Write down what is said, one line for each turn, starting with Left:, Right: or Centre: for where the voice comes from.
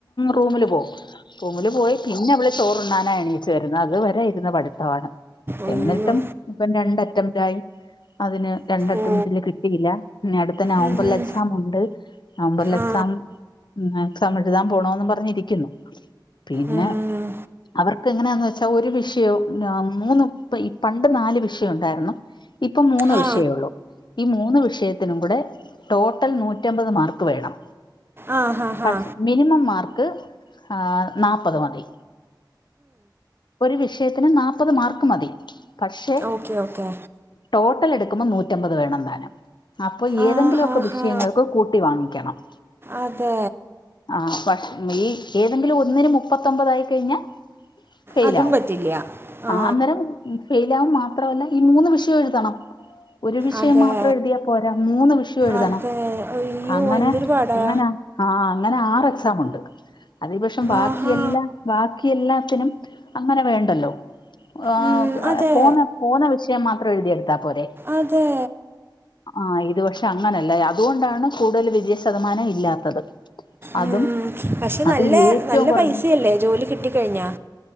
Left: റൂമില് പോവും റൂമിൽ പോയി പിന്നെ അവള് ചോറുണ്ണാന എണീച്ചു വരുന്നത് അതു വരെ ഇരുന്ന് പഠിത്തമാണ്
Right: അയ്യോ
Left: എന്നിട്ടും ഇപ്പം രണ്ടറ്റം <unintelligible> അതിന് രണ്ട് അറ്റെമ്പറ്റില്
Right: ഓ
Left: കിട്ടിയില്ല പിന്ന അടുത്ത നവംബറിൽ
Right: ഉം ഹും.
Left: എക്സാം ഉണ്ട് നവംബറിൽ എക്സാം
Right: ആ
Left: എക്സാം എഴുതാൻ പോണന്ന് പറഞ്ഞിരിക്കുന്നു പിന്നെ
Right: ഉം.
Left: അവർക്ക് എങ്ങനെയാന്ന് വെച്ചാ ഒരു വിഷയവും മൂന്ന് ഈ പണ്ട് നാല് വിഷയം ഉണ്ടായിരുന്നു ഇപ്പം മൂന്ന്
Right: ആ
Left: വിഷയേ ഉള്ളൂ ഈ മൂന്ന് വിഷയത്തിനും കൂടെ റ്റോട്ടൽ നൂറ്റമ്പത് മാർക്ക് വേണം
Right: ആ ഹാ ഹാ
Left: പക്ഷെ മിനിമം മാർക്ക് ആഹ് നാപ്പത് മതി ഒരു വിഷയത്തിന് നാപ്പത് മാർക്ക് മതി പക്ഷെ
Right: ഓക്കേ ഓക്കെ
Left: റ്റോട്ടൽ എടുക്കുമ്പം നൂറ്റമ്പത് വേണം താനും അപ്പൊ ഏതെങ്കിലുമൊക്കെ
Right: ആഹാഹാ
Left: വിഷയങ്ങൾ കു കൂട്ടി വാങ്ങിക്കണം
Right: അതേ
Left: ആഹ് പക്ഷേ ‌ ഈ ഏതെങ്കിലും ഒന്നിന് മുപ്പത്തൊമ്പതായിക്കഴിഞ്ഞാ ഫെയിൽ
Right: അതും
Left: ആവും
Right: പറ്റില്ല ആ
Left: ആഹ് അന്നരം ഫെയിൽ ആക മാത്രമല്ല ഈ മൂന്ന് വി വിഷയം എഴുതണം ഒരു വിഷയം
Right: അതെ
Left: മാത്രം എഴുതിയാ പോരാ മൂന്ന് വിഷയോം എഴുതണം
Right: അതെ അയ്യോ
Left: അങ്ങനെ
Right: എന്തൊരു പാടാ
Left: അങ്ങനാ ആഹ് അങ്ങനെ ആറ് എക്സാം ഉണ്ട് അതേപക്ഷം ബാക്കിയെല്ലാം
Right: ആഹാ
Left: ബാക്കി എല്ലാത്തിനും അങ്ങനെ വേണ്ടല്ലോ ആഹ്‌
Right: ഉം, അതെ
Left: പോന്ന പോന്ന വിഷയം മാത്രം എഴുതിയെടുത്താൽ പോരെ
Right: അതെ
Left: ആഹ് ഇതുപക്ഷെ അങ്ങനല്ല അതുകൊണ്ടാണ് കൂടുതലുവിജയ ശതമാനം ഇല്ലാത്തത് അതും
Right: ഉം പക്ഷെ
Left: അത്
Right: നല്ല
Left: ഏറ്റവും
Right: നല്ല
Left: കുറഞ്ഞ
Right: പൈസ അല്ലേ ജോലി കിട്ടിക്കഴിഞ്ഞാ